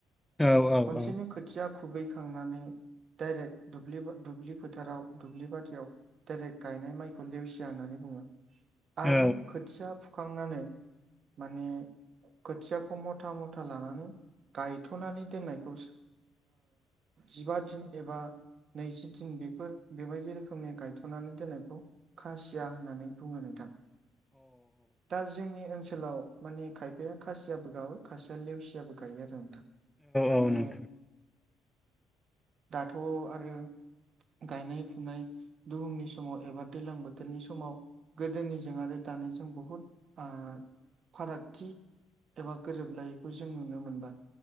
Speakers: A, in the centre; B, on the right.
A: औ
B: खनसेनो
A: औ अ
B: खोथिया खुबैखांनानै दडाइरेक्ट दुब्लि फोथाराव दुब्लि बाथियाव दायरेक्ट गायनाय माइखौ लेवसिया होननानै बुङो आरो
A: अ औ
B: खोथिया फुखांनानै माने खोथियाखौ मथा मथा लानानै गायथ'नानै दोननायखौ जिबा दिन एबा नैजि दिन बेफोर बेबायदि रोखोमनि गायथ'नानै दोननायखौ खासिया होननानै बुङो नोंथां दा जोंनि ओनसोलाव माने खायफाया खासियाबो गावो खासिया लेवसियाबो गायो आरो नोंथां माने
A: औ नोंथां
B: दाथ' आरो गायनाय फुनाय दुहुमनि समाव एबा दैज्लां बोथोरनि समाव गोदोनिजों आरो दानिजों बुहुद फारागथि एबा गोरोबलायैखौ जों नुनो मोनबाय